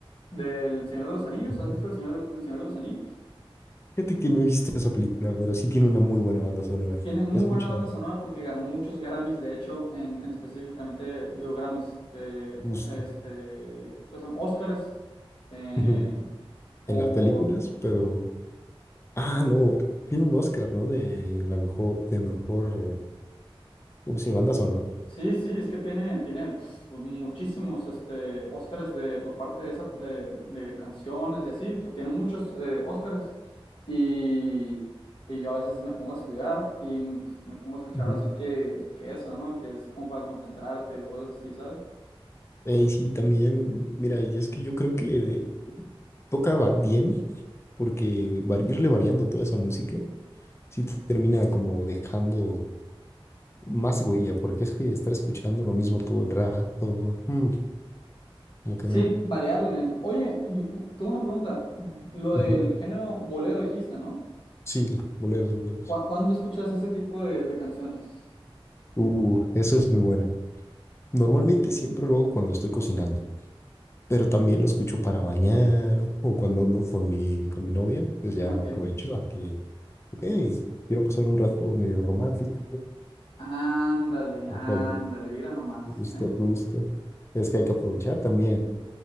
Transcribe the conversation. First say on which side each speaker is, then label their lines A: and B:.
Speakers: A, on the left; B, on the left.
A: del Señor de los Anillos.
B: Ujú.
A: ¿Has visto El Señor, del- El Señor de los Anillos?
B: Fíjate que no he visto esa película, pero sí tiene una muy buena banda sonora.
A: Tiene muy
B: He escuchado
A: buena banda sonora porque ganó muchos Grammys, de hecho, en, en específicamente, digo Grammys, eh,
B: justo
A: o- este, ¿cómo se llama? Oscars, eh,
B: <laughs>
A: por,
B: en las películas, pero Ah, no. Tiene un Oscar, ¿no? De la mejor, de mejor, ¿cómo se llama? Banda sonora.
A: Sí, sí, es que tiene, tiene pf, muchísimos este, Óscares de, por parte de, esa, eh, de canciones y así, pues tiene muchos eh, Óscares. Y, y yo a veces me pongo a estudiar y pues, me pongo a escuchar
B: Ujú.
A: así que, que eso, ¿no? Que es como para concentrarte o cosas así, ¿sabes?
B: Eh, sí, también, mira, y es que yo creo que de- toca va- bien porque vari- irle variando toda esa música sí te termina como dejando más huella, porque es que estar escuchando lo mismo todo el rato, mm, como que
A: Sí,
B: no.
A: variarle. ¿no? Oye, yo, mm, tengo una pregunta. mm, Lo del
B: Ujú,
A: género bolero dijiste, ¿no?
B: Sí, boleros, boleros.
A: ¿Cu- ¿Cuándo escuchas ese tipo de, de canciones?
B: Uh, eso es muy buena. Normalmente siempre lo hago cuando estoy cocinando. pero también lo escucho para bañar o cuando ando con mi, con mi novia, pues ya
A: Ok.
B: aprovecho a que, ok, quiero pasar un rato medio romántico,
A: Ándale, ándale,
B: dejo ahí
A: mira nomás,
B: justo,
A: ¿eh?
B: justo. Es que hay que aprovechar también.